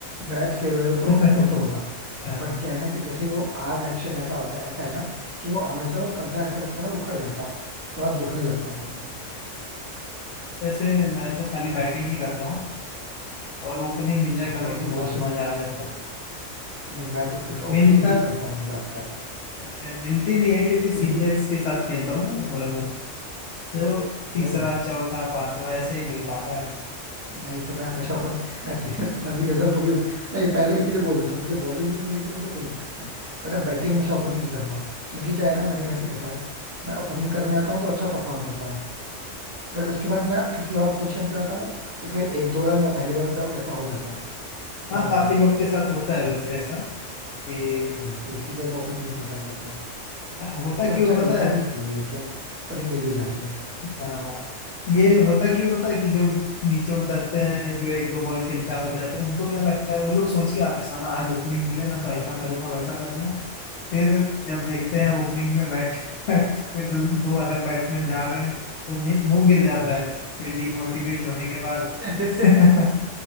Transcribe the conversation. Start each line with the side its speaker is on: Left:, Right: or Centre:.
Right: मैच खेल रहे हो तो
Left: हैं
Right: वो तो
Left: <laughs>
Right: होगा
Left: हाँ
Right: बट क्या है ना कि जैसे वो आर्म एक्शन ऐसा होता है ऐसा है ना कि वो हमेशा वो कंधा ऐसा लगता है ना उखड़ जाता है बहुत दुखने लगता है फिर वो
Left: वैसे मैं तो खाली बैटिंग ही करता हूँ और ओपनिंग मिल
Right: अच्छा
Left: जाए कभी
Right: कौन
Left: तो
Right: से
Left: बहुत
Right: पोजीशन में
Left: मजा आ जाता
Right: नहीं मैं तो प्रिफर ओपनिंग
Left: मिलता
Right: ही करता हूँ ज्यादातर
Left: मैं मिलती नहीं है क्योंकि सीनियर्स
Right: क्योंकि
Left: के साथ खेलता हूँ ना मैं थोड़ा बहुत तो तीसरा
Right: ओ
Left: चौथा पांचवा ऐसे ही मिल पाता है
Right: नहीं तो मैं हमेशा ओपनिंग मैं सीएस के साथ भी खेलता हूँ तो भी मैं ये पहले इसीलिए बोल देता हूँ मुझे बॉलिंग नहीं मिलेगी मुझे कोई दिक्कत नहीं बट अब बैटिंग हमेशा ओपनिंग ही करूंगा क्योंकि क्या है ना मैंने वैसे देखा है मैं ओपनिंग करने आता हूँ तो अच्छा परफॉर्म करता हूँ बट उसके बाद मैं किसी और पोजीशन पे आता हूँ तो फिर एक दो रन या पहले बॉल पे आउट ऐसा हो जाता है ज्यादातर
Left: हाँ काफी लोग के साथ होता है वैसे ऐसा कि
Right: हाँ तो इसीलिए मैं ओपनिंग ही प्रीफर करता हूँ
Left: होता
Right: मतलब अच्छा
Left: क्यों
Right: खेलता
Left: पता है
Right: हूँ इसलिए ये कि ओपनिंग मिल ही जाती
Left: हाँ, ये होता क्यों पता है कि जो नीचे उतरते हैं जो एक दो बॉल खेलते हैं आउट हो जाते हैं उनको क्या लगता है वो लोग सोच के आते हैं साला आज ओपनिंग मिले ना तो ऐसा करूंगा वैसा करूंगा फिर जब देखते हैं ओपनिंग में बैठ <laughs> कोई दो, दो अलग बैट्समैन जा रहे हैं तो मुंह मुंह गिर जाता है फिर डीमोटिवेट होने के बाद
Right: है
Left: <laughs>
Right: <laughs>